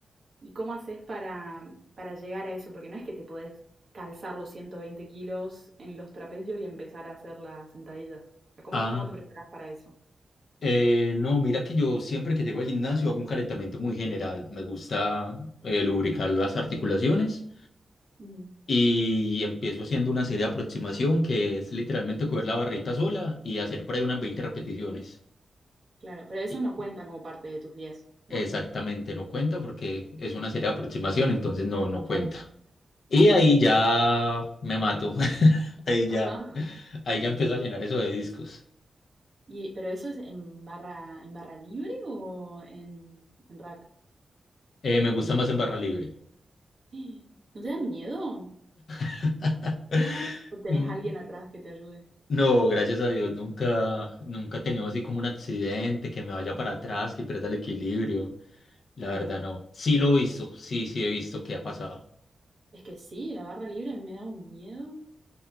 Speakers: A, on the right; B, on the left.
A: y cómo haces para, para llegar a eso? Porque no es que te podés calzar los 120 kilos en los trapecios y empezar a hacer las sentadillas. O sea, ¿cómo,
B: ah
A: cómo te preparás para eso?
B: Eh, no, mira que yo siempre que llego al gimnasio hago un calentamiento muy general. Me gusta eh, lubricar las articulaciones
A: Ujú.
B: y empiezo haciendo una serie de aproximación que es literalmente coger la barrita sola y hacer por ahí unas 20 repeticiones.
A: Claro, pero esos
B: Y
A: no cuentan como parte de tus 10,
B: exactamente
A: no.
B: no cuenta porque es una serie de aproximación, entonces no, no cuenta.
A: Claro.
B: Y ahí ya me mato. <laughs> Ahí
A: Ajá.
B: ya, ahí ya empiezo a llenar eso de discos.
A: Y, pero eso es en barra, en barra libre o en, en rack.
B: Eh, me gusta más en barra libre.
A: ¡Eh! ¿No te da miedo?
B: <laughs>
A: ¿O tenés
B: Mm,
A: alguien atrás que te ayude?
B: No, gracias a Dios, nunca, nunca he tenido así como un accidente, que me vaya para atrás, que pierda el equilibrio. La
A: Claro.
B: verdad, no. Sí lo he visto, sí, sí he visto que ha pasado.
A: Es que sí, la barra libre a mí me da un miedo.